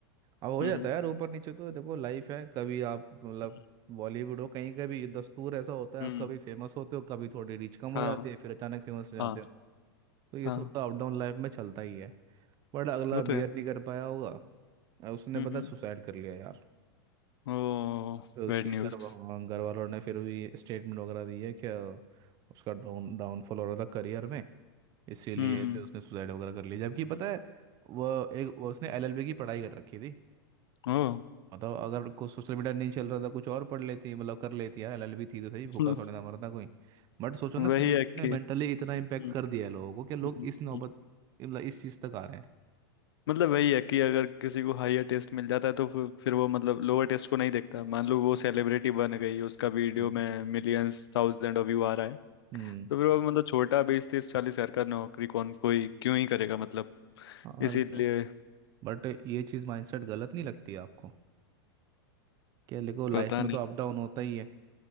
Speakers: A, on the right; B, on the left.
A: अब हो
B: हम्म
A: जाता
B: हम्म
A: है यार ऊपर नीचे तो देखो लाइफ है कभी आप मतलब
B: हम्म
A: बॉलीवुड हो कहीं का भी दस्तूर ऐसा होता है
B: हम्म,
A: आप कभी फेमस होते हो कभी थोड़ी रीच कम हो
B: हाँ
A: जाती है फिर अचानक फेमस हो जाते
B: हाँ
A: हो तो ये
B: हाँ
A: सब तो अप डाउन लाइफ में चलता ही है बट अगला
B: वो तो
A: बियर
B: है
A: नहीं कर पाया होगा अ, उसने
B: हम्म
A: पता
B: हम्म
A: सुसाइड कर लिया यार
B: Oh
A: तो उसके
B: bad news
A: घर वा- हाँ, घर वालों ने फिर भी स्टेटमेंट वगैरह दी है कि अ, उसका डाउन डाउनफॉल हो रहा था करियर में इसीलिए
B: हम्म
A: फिर उसने सुसाइड वगैरह कर लिया जबकि पता है वो एक वो उसने एलएलबी की पढ़ाई कर रखी थी
B: ओ
A: मतलब अगर कुछ सोशल मीडिया नहीं चल रहा था कुछ और पढ़ लेती मतलब कर लेती यार एलएलबी थी तो सही
B: <laughs>
A: भूखा थोड़े ना मरता कोई बट सोचो ना
B: वही
A: सोशल मीडिया
B: है कि
A: ने मेंटली इतना इम्पेक्ट
B: हम्म,
A: कर दिया है लोगों को कि लोग
B: हम्म,
A: इस नौबत
B: हम्म।
A: मतलब इस चीज़ तक आ रहे हैं
B: मतलब वही है कि अगर किसी को हायर टेस्ट मिल जाता है तो फिर फिर वो मतलब लोअर टेस्ट को नहीं देखता मान लो वो सेलिब्रिटी बन गई उसका वीडियो
A: हम्म।
B: में मिलियंस थाउजेंड व्यू आ रहा है
A: हम्म
B: तो फिर वो मतलब छोटा बीस तीस चालीस हजार का नौकरी कौन कोई क्यों ही करेगा मतलब
A: हाँ,
B: इसीलिए
A: लेकिन बट ये चीज़ माइंडसेट गलत नहीं लगती आपको क्या देखो लाइफ
B: पता
A: में
B: नहीं
A: तो अप डाउन होता ही है